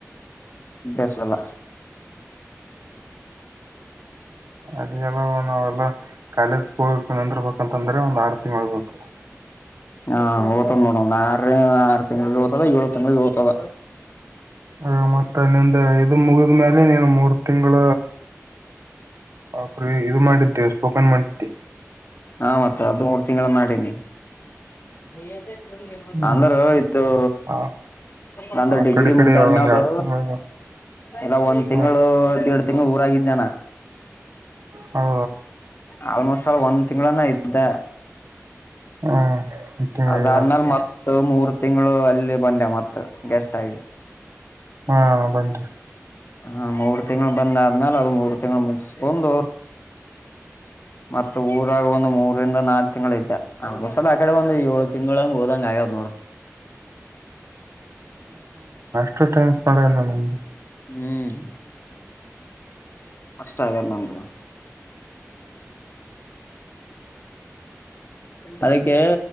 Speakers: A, on the left; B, on the right.
A: ಬಸ ಅಲ್ಲ
B: ಅದ ಎಲ್ಲಣಲ್ಲ ಕಾಲೇಜ್ ಹೋಗಕ್ ಅಂತರ್ಬೇಕಂತಂದ್ರೆ ಒಂದು ಆರು ತಿಂಗ್ ಆ್ಬೇಕು
A: ಹಾ ಓ್ತದ್ ನೋಡ ಒ್ ಆರು ಆರು ತಿಂಗಳು ಭ ಓ್ತದ ಏಳು ತಿಂಳ ಭ ಓ್ತದ
B: ಹ ಮತ್ತೆ ನಿಂದೆ ಇದು ಮುಗಿದ್ಮೇಲೆ ನೀನು ಮೂರ್ ತಿಂಗಳ ಅಪ್ರ ಇದು ಮಾಡಿದ್ದೆ ಸ್ಪೋಕನ್ ಮಾಡಿದ್ದ
A: ಹಾ ಮತ್ತೆ ಅದು ಮೂರ್ ತಿಂಗಳ ನಾಡಿನಿ ಭಯ
B: ಹ್ಮ್
A: ಅಂದ್ರ ಇದದು
B: ಆ
A: ನಂದ
B: ಆ
A: ಡಿಗ್ರಿ
B: ಕಡೆ ಕಡೆ
A: ಮುಗ್ದಾದ್ಮ್ಯಾಲ
B: ಒಂದ್ ಎರಡ್ ತಿಂಗಳ
A: ಇಲ್ಲ ಒಂದ್ ತಿಂಗಳು
B: ಹ್ಮ್
A: ಎರಡು ತಿಂಗಳು ಊರಾಗಿದ್ದಾನ
B: ಹಓ
A: ಆಲ್ಮೋಸ್ಟ್ ಅಲ್ ಒಂದ್ ತಿಂಗಗಳಾನ ಇದ್ದ
B: ಹ್ಮ್ ತಿಂಗಳ
A: ಅದಾದ್ಮೇಾಲ ಮತ್ತ ಮ ಮೂರು ತಿಂಗಳು ಅಲ್ಲಿ ಬಂದೆ ಮತ್ತ ಗೆಸ್ಟ್ ಆಐ
B: ಹಾ ಬಟು
A: ಹಾ ಮೂರು ತಿಂಗಳು ಬಂದ ಆದ್ಮೇಾಲ ಅದು ಮೂರು ತಿಂಗಗಳು ಮುಗಿಸಕೊಂಡ ಮತ್ತ ಊರಾಗ ಒಂದು ಮೂರಿಂದ ನಾಲ್ಕು ತಿಂಗಳು ಇದ್ದ ಅ ಆಡೆ ಒಂದು ಏಳು ತಿಂಗಳಗೆ ಹೋದಂಗ ಆಗಾದ್ ನೋಡಿ
B: ಷ್ಟ ಟ್ರನ್ಸ್ ಮಾಡ ನಿಮಗೆ
A: ಹ್ಮನ್ ಅಷ್ಟ ಆಗಾದ ನಂತರ ಅದಕ್ಕೆ